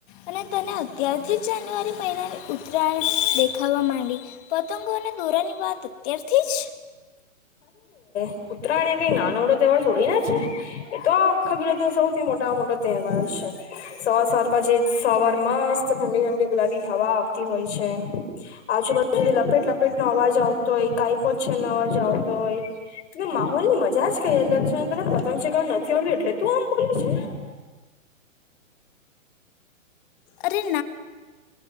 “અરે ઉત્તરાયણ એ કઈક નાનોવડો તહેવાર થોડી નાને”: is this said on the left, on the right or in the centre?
Left